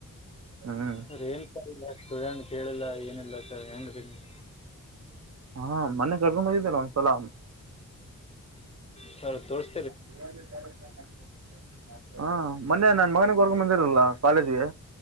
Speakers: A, on the right; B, on the left.
A: ಹ್ಞೂ
B: ಸರ್ ಏನ್ ಇಲ್ಲ ಸ್ಟೂಡೆಂಟ್ ಕೇಳಿಲ್ಲ ಏನಿಲ್ಲ ಸರ್ ಹೆಂಗ್ರಿ ನೀವ
A: ಹಾ ಮನ್ನೆ ಕೇಳ್ಕೊಂಡ ಬಂದಿದ್ದಲ್ಲ ಒಂದ್ಸಲ
B: ಸರ್ ತೋರಿಸ
A: <inaudible> ಹಾ ಮೊನ್ನೆ ನನ್ನ ಮಗನಿಗೆ ಕರ್ಕೊಂಡ ಬಂದಿರಲ್ಲಿಲ್ಲ ಕಾಲೇಜಿಗೆ